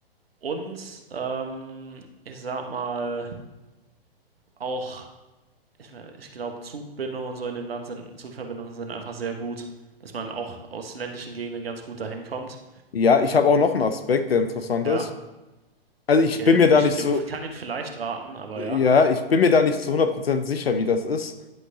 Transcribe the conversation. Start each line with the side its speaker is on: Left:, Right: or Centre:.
Right: Und ähm, ich sag mal, auch. ich, mein, ich glaube, Zugbindungen und so in dem Land sind, Zugverbindungen sind einfach sehr gut, dass man auch aus ländlichen Gegenden ganz gut dahin kommt.
Left: Ja, ich habe auch noch einen Aspekt, der interessant
Right: Ja,
Left: ist. Also ich
Right: okay.
Left: bin mir da
Right: Ich
Left: nicht
Right: g-
Left: so,
Right: kann ihn vielleicht raten, aber
Left: ja,
Right: ja.
Left: ich bin mir da nicht zu 100% sicher, wie das ist.